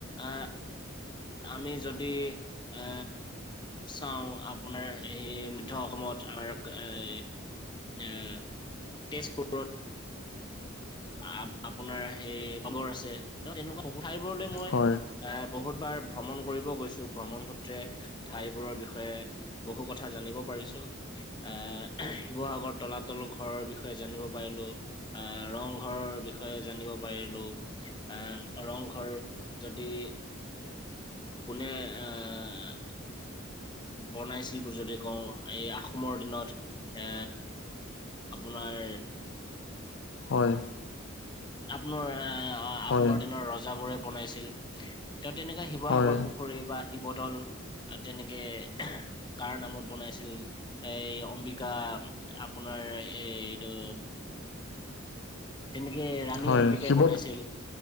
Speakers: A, on the left; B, on the left.
A: আহ আমি যদি এ চাওঁ আপোনাৰ এ ধৰ অসমত আৰক এই য়া তেজপুৰত। আপো আপোনাৰ হেই অমৰ আছে। তেনেকুৱা বহু ঠাইবোৰলে মই
B: হয়
A: আ বহুত বাৰ ভ্ৰমণ কৰিব গৈছো। ভ্ৰমণ সূত্ৰে ঠাইবোৰৰ বিষয়ে বহু কথা জানিব পাৰিছো। আ শিৱসাগৰৰ তলাতল ঘৰৰ বিষয়ে জানিব পাৰিলো। আহ ৰংঘৰৰ বিষয়ে জানিব পাৰিলো, আহ ৰংঘৰ যদি কোনে আহ বনাইছিল বুলি যদি কওঁ এই আহোমৰ দিনত এ আপোনাৰ
B: হয়।
A: আপোনাৰ আহ আহোমৰ
B: হয় হয়
A: দিনৰ ৰজাবোৰে বনাইছিল, তেওঁ তেনেকুৱা হিম- শিৱসাগৰ
B: হয়
A: পুখুৰী বা শিৱদল তেনেকে কাৰ নামত বনাইছিল। এই অম্বিকা আপোনাৰ এই এইটো তেনেকে ৰাণী
B: হয়
A: অম্বিকাই
B: শিৱদ
A: বনাইছিল